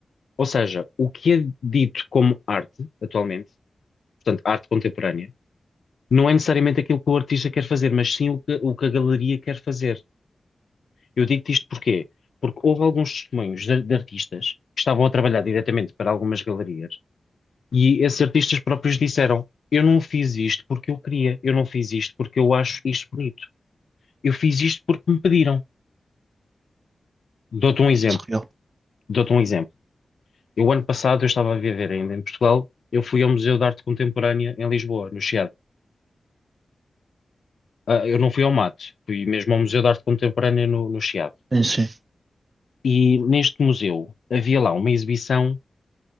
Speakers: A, on the left; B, on the right.
A: Ou seja, o que é dito como arte, atualmente, portanto, arte contemporânea não é necessariamente aquilo que o artista quer fazer, mas sim o que, o que a galeria quer fazer. Eu digo-te isto porquê? Porque houve alguns testemunhos de, de artistas que estavam a trabalhar diretamente para algumas galerias e esses artistas próprios disseram: Eu não fiz isto porque eu queria, eu não fiz isto porque eu acho isto bonito, eu fiz isto porque me pediram. Dou-te um exemplo,
B: Surreal.
A: dou-te um exemplo. Eu, ano passado, eu estava a viver ainda em Portugal, eu fui ao Museu de Arte Contemporânea em Lisboa, no Chiado. Ah, eu não fui ao Mat, fui mesmo ao Museu de Arte Contemporânea no, no Chiado.
B: Sim, sim.
A: E neste museu havia lá uma exibição